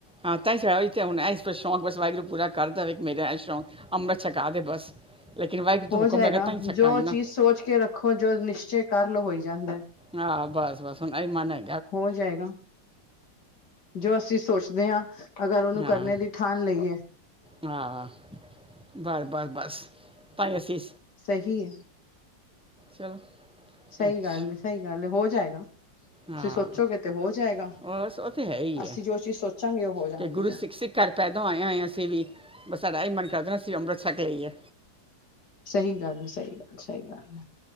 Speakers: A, in the centre; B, on the left (about 60°).
A: ਹਾਂ ਤਾਂ <unintelligible> ਤਾਂ ਹੁਣਾ ਐ ਇਸ ਬਸ ਸ਼ੌਕ ਬਸ ਵਾਹਿਗੁਰੂ ਪੁਰਾ ਕਰ ਦੇਵੇ ਇੱਕ ਮੇਰਾ ਸ਼ੌਕ ਅੰਮ੍ਰਤ ਛਕਾ ਦੇ ਬਸ ਲੇਕਿਨ ਵਾਹਿਗੁਰੂ ਤੋਂ
B: ਹੋ
A: ਹੁਕਮ
B: ਜਾਏਗਾ
A: ਹੈਗਾ ਤਾਂ ਹੀ ਛਕਾਂਗੇ
B: ਜੋ
A: ਨਾ
B: ਚੀਜ਼ ਸੋਚ ਕੇ ਰੱਖੋ ਜੋ ਨਿਸ਼ਚੇ ਕਰ ਲ ਹੋਈ ਜਾਂਦਾ
A: ਹਾਂ ਬਸ ਬਸ ਹੁਣ ਇਹਈ ਮੰਨੇ
B: ਹੋ ਜਾਏਗਾ ਜੋ ਅਸੀਂ ਸੋਚਦੇ ਹਾਂ ਅਗਰ ਉਹਨੂੰ
A: ਹਾਂ
B: ਕਰਨੇ ਦੀ ਠਾਣ ਲਈ ਏ
A: ਹਾਂ ਬਸ ਬਸ ਬਸ ਤਾਈ ਅਸੀ
B: ਸਹੀ
A: ਚਲੋ
B: ਸਹੀ
A: ਅੱਛਾ
B: ਗੱਲ ਏ ਸਹੀ ਗੱਲ ਏ ਹੋ ਜਾਏਗਾ ਤੁਸੀਂ
A: ਹਾਂ
B: ਸੋਚੋਗੇ ਤੇ ਹੋ ਜਾਏਗਾ
A: ਬਸ ਉਹ ਤੇ ਹੈ ਹੀ
B: ਅਸੀਂ
A: ਹੈ
B: ਜੋ ਚੀਜ਼ ਸੋਚਾਂਗੇ ਉਹ ਹੋ ਜਾਂਦੀ
A: ਕਿ ਗੁਰੂ
B: ਏ
A: ਸਿੱਖ ਸਿੱਖ ਘਰ ਪੈਦਾ ਹੋਏ ਆਂ ਅਸੀਂ ਵੀ ਬਸ ਸਾਡਾ ਵੀ ਮਨ ਕਰਦਾ ਅਸੀਂ ਅੰਮ੍ਰਿਤ ਛੱਕ ਲਈਏ
B: ਸਹੀ ਗੱਲ ਸਹੀ ਗੱਲ ਸਹੀ ਗੱਲ ਏ